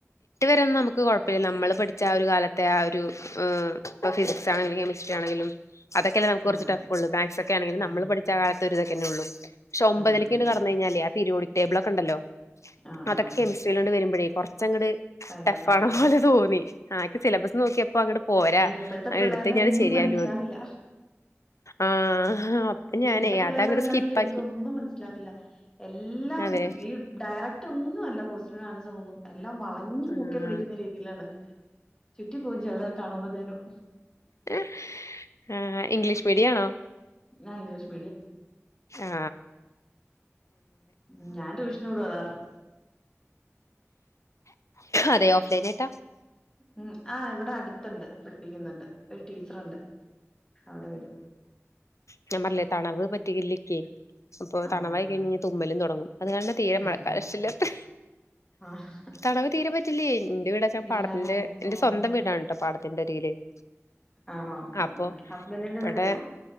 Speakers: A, on the left; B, on the left.
A: അതിനൊന്നും നമ്മക്ക് കൊഴപ്പല്ല നമ്മള് പഠിച്ച ആ ഒരു കാലത്തെ ആ ഒരു ഏഹ് ഇപ്പം ഫിസിക്സാണെങ്കിലും കെമസ്ട്രി യാണെങ്കിലും അതൊക്കെല്ലേ നമ്മക്ക് കൊറച്ച്
B: ആഹ്
A: റ്റഫൊള്ളു മാത്‍സൊക്കെണെങ്കിലും നമ്മള്
B: ആഹ്
A: പഠിച്ച കാലത്തെ ഒരിതൊക്കെന്നൊള്ളു പക്ഷെ ഒൻപത്തിലേക്കങ്ങട്
B: ആഹ് ആഹ്
A: കടന്നകഴിഞ്ഞാല് ല്ലേ ആ പിരിയോടിക് ടേബിളൊക്കണ്ടല്ലോ
B: ആഹ്
A: അതൊക്കെ
B: ആഹ്
A: കെമിസ്ട്രിലാണ്ട്‌ വരുമ്പഴേ കൊറച്ചങ്ങട്
B: ഭയങ്കര
A: റ്റഫാണപോലെ
B: പാടാല്ലേ
A: തോന്നി ആ ഇക്ക് സിലബസ് നോക്കിയപ്പോ അങ്ങട്ട് പോരാ
B: അയിന് ഇപ്പഴത്തെ
A: ആ
B: പിള്ളേരുടെ
A: എട്ത്ത് കഴിഞ്ഞാ
B: ഒന്നും
A: <unintelligible> ശെരിയായി
B: മനസ്സിലാവില്ല
A: ആഹ് അപ്പൊ ഞാനേ
B: ഈ എന്റെ പിള്ളേർടെന്നെയാണെങ്കില്
A: അതങ്ങട് സ്കിപ്പാക്കി.
B: എനിക്കൊന്നും മനസ്സിലാവില്ല എല്ലാം
A: അതെ
B: ഈ ഡ കറക്റ്റൊന്നുഅല്ല കൊസ്റ്റ്യാൻ ആൻസറൊന്നും എല്ലാം വളഞ്ഞ്
A: ആഹ്
B: മൂക്കെ പിടിക്ക്ന്ന രീതിയിലാണ് ചുറ്റിപോവും ചെലതെക്കെ കാണുമ്പത്തേനും.
A: <unintelligible> ആ ഇംഗ്ലീഷ് മീഡിയാണോ?
B: ഞാൻ ഇംഗ്ലീഷ്
A: ആ
B: മ് ഞാൻ ട്യൂഷന്‌ വിടും അത്കാരണം
A: അതെ ഓഫ് ലൈനായിട്ടാ?
B: ഉം ആ ഇവടെ അട്ത്ത്ണ്ട് പഠിപ്പിക്കുന്നുണ്ട് ഒരു ടീച്ചറുണ്ട് അവ്ടെ വെരും
A: ഞ്ഞാംപറഞ്ഞില്ലേ തണവ് പറ്റികില്ല്യക്കേ അപ്പൊ
B: ആഹ്
A: തണവായി കഴിഞ്ഞഴിഞ്ഞാ തുമ്മലും തൊടങ്ങും അത് കാരണ തീരെ
B: ഉണ്ടല്ലേ
A: മഴക്കാലഷ്ടല്ലാത്തേ
B: ആഹ്
A: തണവ് തീരെ പറ്റില്ല്യാ? ഇന്റെ വീടാച്ചാ
B: ഇല്ലാല്ലേ
A: പാടത്തിന്റെ എന്റെ
B: ആഹ്
A: സ്വന്തം വീടാണ് ട്ടോ പാടത്തി <unintelligible>
B: ആണോ ആഹ്
A: അപ്പൊം
B: ആഹ് ഹസ്ബൻഡിന്റെ
A: ഇവടെ
B: വീടല്ല